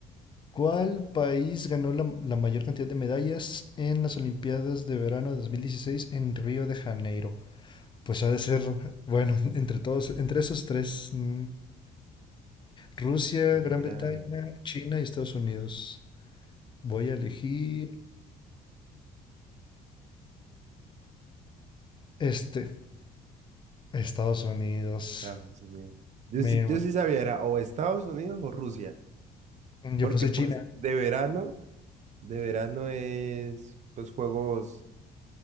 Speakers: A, on the left; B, on the right.
A: ¿Cuál país ganó la, la mayor cantidad de medallas en las Olimpiadas de verano de 2016 en Río de Janeiro? Pues ha de ser, bueno, <laughs> entre todos, entre esos tres, mm, Rusia,
B: Pues
A: Gran
B: Mira,
A: Bretaña,
B: no.
A: China y Estados Unidos. Voy a elegir este, Estados Unidos.
B: Estados Unidos. Yo
A: Me
B: sí,
A: ima-
B: yo sí sabía, era o Estados Unidos o Rusia,
A: yo
B: porque
A: puse
B: pues
A: China.
B: de verano, de verano es pues juegos,